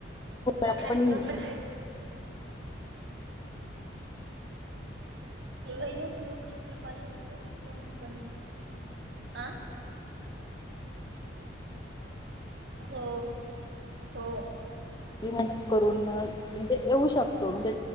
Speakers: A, on the left (about 20°); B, on the right (about 65°).
A: आपण
B: हारीे
A: इझिली
B: गप रे. आयुश मुर्ख आहेस का? कॉल चालू आहे तोड बंद अह हो हो.
A: मी म्हणजे, करून म्हणजे येऊ शकतो म्हणजे